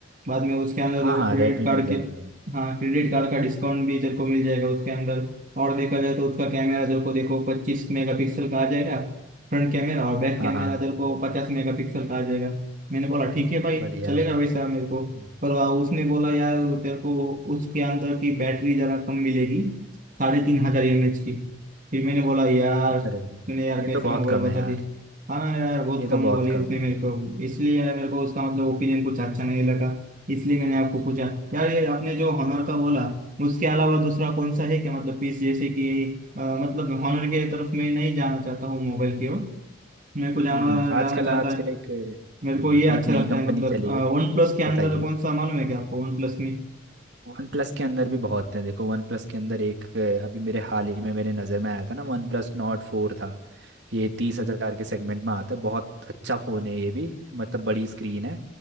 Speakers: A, on the right (about 45°); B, on the right (about 65°).
A: बाद में उसके अंदर
B: हाँ
A: तेरे को
B: हाँ
A: क्रेडिट
B: रेडमी
A: कार्ड
B: मिल जाएगा
A: के हाँ क्रेडिट कार्ड का डिस्काउंट भी तेरे को मिल जाएगा उसके अंदर और देखा जाए तो उसका कैमरा तेरे को देखो पच्चीस मेगापिक्सल का आ जाएगा फ्रंट कैमरा और बैक
B: हाँ
A: कैमरा
B: हाँ
A: तेरे को पचास मेगापिक्सल का आ जाएगा मैंने बोला ठीक है भाई
B: बढ़िया
A: चलेगा
B: भाई
A: वैसा मेरे को
B: हम्म,
A: पर वह- उसने बोला यार तेरे को उसके अंदर की बैटरी जरा कम मिलेगी साढ़े तीन हजार एम एच की फिर मैंने बोला यार तूने
B: Redmi।
A: यार
B: ये
A: कैसा
B: तो बहुत
A: मोबाइल
B: कम
A: बता
B: है यार
A: दी हाँ ना यार बहुत
B: ये
A: कम
B: तो बहुत
A: बोली
B: कम
A: उसने
B: है
A: मेरे को इसलिए यार मेरे को उसका मतलब ओपिनियन कुछ अच्छा नहीं लगा इसलिए मैंने आपको पूछा यार ये आपने जो हॉनर का बोला उसके अलावा दूसरा कौन सा है क्या मतलब पीस जैसे कि अ, मतलब हॉनर के तरफ मैं नहीं जाना चाहता हूँ मोबाइल की ओर मेरे को जाना
B: हम्म हम्म, आजकल
A: जाना चाहता
B: आजकल एक हम्म,
A: मेरे को ये अच्छा
B: एक नई
A: लगता
B: कंपनी
A: है मतलब
B: चली है
A: वन प्लस के अंदर
B: बताइए
A: कौन सा मालूम है क्या आपको वन प्लस में
B: वन प्लस के अंदर भी बहुत हैं देखो वन प्लस के अंदर एक अ, अभी मेरे हाल ही में मेरे नज़र में आया था ना वन प्लस नॉट फोर था ये तीस हज़ार के सेगमेंट में आता है बहुत अच्छा फ़ोन है ये भी मतलब बड़ी स्क्रीन है